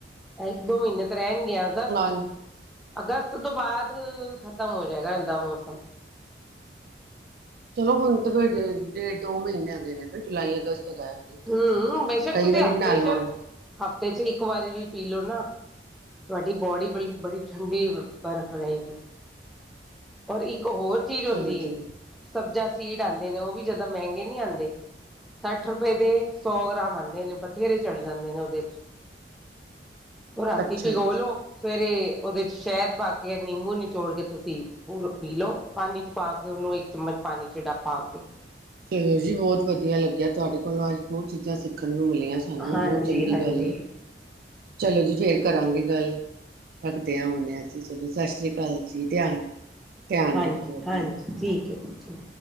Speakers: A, in the centre; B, on the right.
A: ਇੱਕ ਦੋ ਮਹੀਨੇ ਤਾਂ ਰਹਿਣਗੀਆਂ, ਅਗਸਤ-ਅਗਸਤ
B: ਲਓ
A: ਤੋਂ ਬਾਅਦ- ਖਤਮ ਹੋ ਜਾਏਗਾ, ਇਦਾ ਮੌਸਮ
B: ਚਲੋ ਹੁਣ ਤਾਂ ਫਿਰ ਡੇਢ-ਡੇਢ ਦੋ ਮਹੀਨੇ ਹੈਗੇ ਨੇ ਫਿਰ ਜੁਲਾਈ ਅਗਸਤ ਤੱਕ ਆਏ ਹੋਣੇ
A: ਹੂੰ ਬੇਸ਼ੱਕ
B: ਕਈ
A: ਤੁਸੀਂ
B: ਵਾਰੀ
A: ਹਫ਼ਤੇ
B: ਬਣਾ ਲਵਾਂਗੇ
A: ਚ ਹਫ਼ਤੇ ਚ ਇੱਕ ਵਾਰੀ ਵੀ ਪੀ ਲਓ ਨਾ, ਤੁਹਾਡੀ ਬੋਡੀ ਬ ਬੜੀ ਠੰਡੀ ਬਰਫ਼ ਰਹੇਗੀ। ਪਰ ਇੱਕ ਹੋਰ ਚੀਜ਼
B: ਚਲੋ
A: ਹੁੰਦੀ
B: ਚਲੋ
A: ਏ ਸਬਜ਼ਾ, ਸੀਡ ਆਦੇ ਨੇ ਉਹ ਵੀ ਜਿਆਦਾ, ਮਹਿੰਗੇ ਨਹੀਂ ਆਦੇ ਸੱਠ ਰ ਰੁਪਏ ਦੇ ਸੌ ਗ੍ਰਾਮ ਆਦੇ ਨੇ ਬਥੇਰੇ ਚੜ ਜਾਂਦੇ ਨੇ ਉਹਦੇ ਚ, ਉਹ ਰਾਤੀ
B: ਅੱਛਾ
A: ਭਿਗੋ
B: ਅੱਛਾ
A: ਲੋ, ਫੇਰ ਉਹਦੇ ਚ ਸ਼ਹਿਦ ਪਾ ਕੇ ਨਿੰਬੂ ਨਿਚੋੜ ਕੇ, ਤੁਸੀਂ ਪੂਰਾ ਪੀ ਲਓ ਪਾਣੀ ਚ ਪਾ ਕੇ ਉਹਨ ਇੱਕ ਚਮਚ ਪਾਣੀ ਚਿੜਾ ਪਾ ਕੇ,
B: ਚਲੋ ਜੀ ਬਹੁਤ ਵਧੀਆ, ਲੱਗਿਆ ਤੁਹਾਡੇ ਕੋਲੋਂ ਅੱਜ ਦੋ ਚੀਜ਼ਾਂ ਸਿੱਖ ਦੇਖਣ ਨੂੰ ਮਿਲੀਆਂ, ਸਾਨੂੰ
A: ਹਾਂਜੀ
B: ਬਹੁਤ ਚੰਗੀ
A: ਹਾਂਜੀ
B: ਗੱਲ ਹੈ ਚਲੋ ਜੀ ਫੇਰ ਕਰਾਂਗੇ ਗੱਲ। ਰੱਖਦੇ ਆਂ ਹੁਣ, ਅਸੀਂ ਚਲੋ ਸਤਿ ਸ੍ਰੀ ਅਕਾਲ ਜੀ ਧਿਆਨ, ਧਿਆਨ
A: ਹਾਂਜੀ
B: ਰੱਖੋ ਆਪਣਾ,
A: ਹਾਂਜੀ ਠੀਕ ਹੈ ਜੀ ਠੀਕ